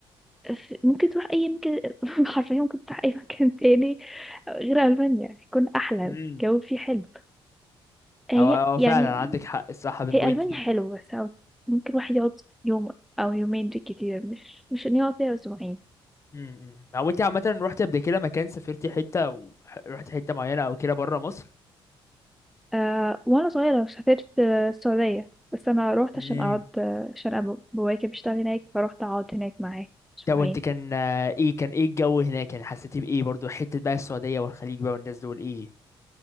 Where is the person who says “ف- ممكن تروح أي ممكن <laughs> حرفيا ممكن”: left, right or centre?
Centre